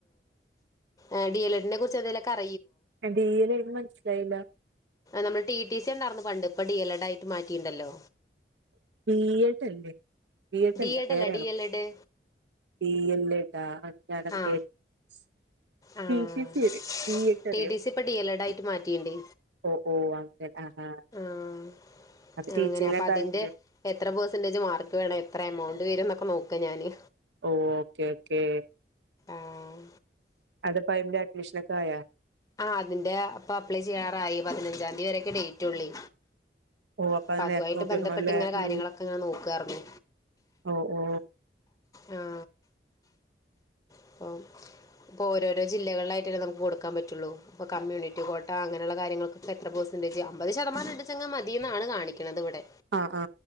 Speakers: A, on the left (about 20°); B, on the right (about 85°).
A: ആ ഡി എൽഡിനെ കുറിച്ച് എന്തേലും ഒക്കെ അറി -
B: ടി ൽ എനിക്ക് മനസ്സിലായില്ല
A: നമ്മള് ടി ടി സി ഉണ്ടായ്ർന്ന് പണ്ട് ഇപ്പൊ ഡി എൽ എഡ് ആയിട്ട് മാറ്റിണ്ടല്ലോ
B: ബി എഡ്ല്ലേ ബി എഡ്ല്ല
A: ഡി എഡ്
B: വേറെണോ
A: അല്ല ഡി എൽ എഡ്
B: ബ എല്ലടാ ഞാൻ അത്‌
A: ആ
B: കേട്ടിട്ടില്ല
A: ആഹ്
B: റ്റി റ്റി സി അറിയാം ബി ഇ ട്
A: ടി
B: അറിയാം
A: ടി സി ഇപ്പൊ ഡി എൽ എഡ് ആയിട്ട് മാറ്റിയിണ്ടേ
B: ഓ ഒ അങ്ങനെ ആഹാ
A: ആഹ്
B: അപ്പൊ ടീച്ചിങ്
A: അങ്ങനെ
B: ഒക്കെ -
A: <unintelligible> എത്ര പേയ്സന്റേജ് മാർക്ക് വേണം എത്ര എമൗണ്ട് വര് എന്നൊക്കെ നോക്കാ ഞാന്
B: ഓ ഓക്കെ ഓക്കേ
A: ആഹ്
B: അത പയ്ന്റെ അഡ്മിഷനൊക്കെ ആയാ?
A: ആ അതിന്റെ അപ്പൊ അപ്ലൈ ചെയ്യാറായി പതിനഞ്ചാംതീ വരൊക്കെ ഡേറ്റ് ഉള്ളി
B: ഓ
A: അപ്പൊ
B: അത്
A: അതുവായിട്ട്
B: നേരത്തെ നോക്കി
A: ബന്ധപ്പെട്ട്
B: വെക്കണല്ലേ
A: ഇങ്ങനെ
B: ഉം
A: കാര്യങ്ങളൊക്കെ ഇങ്ങനെ നോക്കാർഞ്ഞു
B: ഓ ഓ
A: ആ ഇപ്പ ഇപ്പൊ ഓരോരോ ജില്ലകളിലായിട്ട് നമുക്ക് കൊടുക്കാൻ പറ്റുള്ളൂ ഇപ്പൊ കമ്മ്യൂണിറ്റി കോട്ട അങ്ങനെയുള്ള കാര്യങ്ങൾൊക്കെ എത്ര പെർസന്റേജ് അമ്പത് ശതമാനണ്ടെച്ചെങ്കി മതിന്നാണ് കാണിക്കുന്നത് ക്ക്ണത് വിടെ
B: ആ ആ